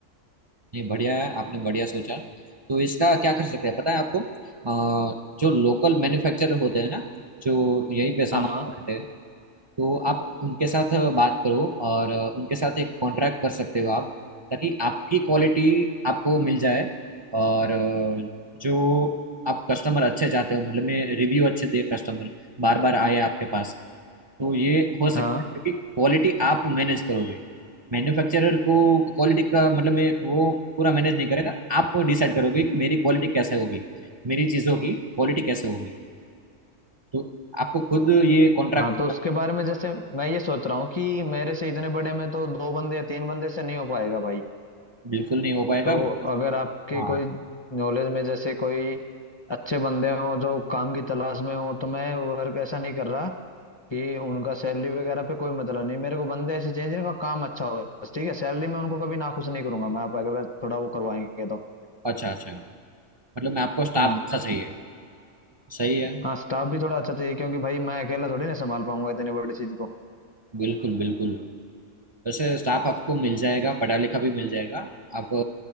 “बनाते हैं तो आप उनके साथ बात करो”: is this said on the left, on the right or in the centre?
Right